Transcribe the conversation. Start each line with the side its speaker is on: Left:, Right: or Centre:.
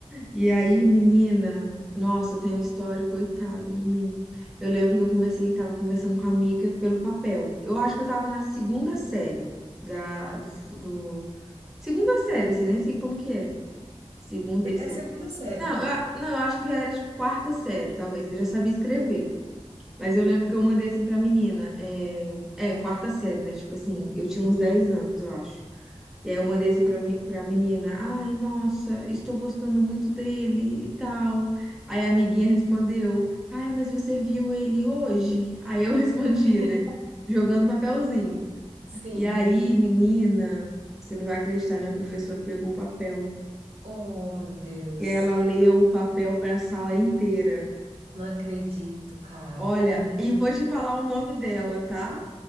Centre: E aí,
Right: sim.
Centre: menina, nossa, tem a história, coitada de mim. Eu lembro que eu conversei, tava conversando com a amiga pelo papel. Eu acho que eu tava na segunda série da, do, do- Segunda série, assim, nem sei como que é.
Right: Sim.
Centre: Segunda,
Right: Se-
Centre: terceira.
Right: É segunda série.
Centre: Não, eu, a- não, eu acho que já era tipo quarta série, talvez, que eu já sabia escrever.
Right: Uhum.
Centre: Mas
Right: Uhum.
Centre: eu lembro que eu mandei assim pra menina. É, é quarta série, né? Tipo assim, eu tinha uns 10 anos, eu acho. E aí eu mandei
Right: Uhum.
Centre: assim pra, mi pra menina, ai, nossa, estou gostando muito dele e tal. Aí a amiguinha respondeu, ai, mas você viu ele hoje? Aí eu <laughs> respondia,
Right: Ai,
Centre: né? Jogando papelzinho.
Right: <laughs> Sim.
Centre: E aí, menina, você não vai acreditar, minha professora pegou o papel.
Right: Oh, meu Deus.
Centre: E ela leu o papel pra sala inteira.
Right: Não acredito, cara.
Centre: Olha,
Right: Me-
Centre: e vou te falar o nome dela, tá?